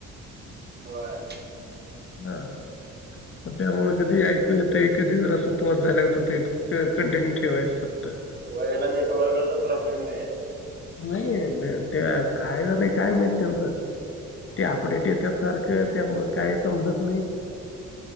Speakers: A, on the right; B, on the left.
A: होय.
B: हां त्यामुळे कधी ऐकू येत कधी जर असं पॉज झाल्याघत होत कंटिन्यू ठेवायचं फक्त-
A: याला नेटवर्कचा प्रॉब्लेम नाही आहे.
B: नाही ते काय झालंय काय माहीत त्यांचं! ते अपडेट येत सारखं त्यामुळ काय समजत नाही.